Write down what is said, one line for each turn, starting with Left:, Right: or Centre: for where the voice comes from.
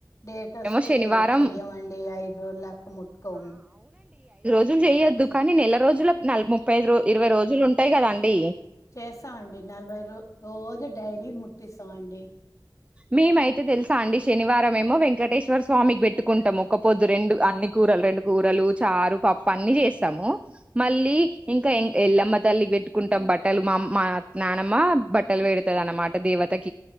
Left: డేట్ వస్సే
Right: ఏమో శనివారం
Left: చెయ్యమండి ఐదు రోజులు లెక్క ముట్టుకోం
Right: జులు చేయ్యద్దు కానీ నెల రోజులకు నల ముప్పై ఐదు ఇరవై రోజులుంటయి కదా అండి
Left: చేస్సామండి నలభై రో రోజు డైలీ ముట్టిస్సామండి
Right: మేమైతే తెలుసా అండి శనివారం ఏమో వెంకటేశ్వర స్వామికి పెట్టుకుంటాము ఒక్క పొద్దు రెండు అన్నీ గు కూరలు రెండు కూరలు చారు పప్పు అన్ని చేస్తాము మళ్ళ్ లీ ఇంకా ఎల్లమ్మ తల్లికి పెట్టుకుంటాం బట్టలు మామ్ మా నానమ్మ బట్టలు వేడతది అన్నమాట దేవత్